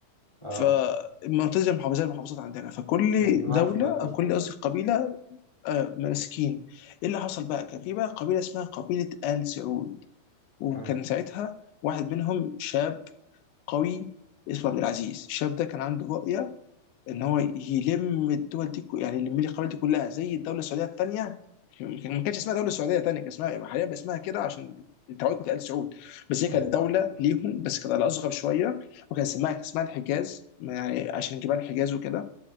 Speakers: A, on the left; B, on the left.
A: آه
B: فمنتزه المحافظات زي المحافظات عندنا فكل
A: مم. نعرف
B: دوله
A: قدر القوي
B: او كل قصدي قبيله آه، ماسكين ايه اللي حصل بقى كان في بقى قبيله اسمها قبيله ال سعود وكان
A: مم.
B: ساعتها واحد منهم شاب قوي اسمه عبد العزيز الشاب ده كان عنده رؤيه ان هو يلم الدول دي كو- يعني يلم لي القبائل دي كلها زي الدوله السعوديه الثانيه ما كانش اسمها دوله سعوديه ثانيه كان اسمها إيه؟ حاليا بقى اسمها كده عشان تعود ال سعود بس هي
A: أيوة
B: كانت دوله ليهم بس كانت على اصغر شويه وكان اسمها كان اسمها الحجاز ما يعني عشان جبال الحجاز وكده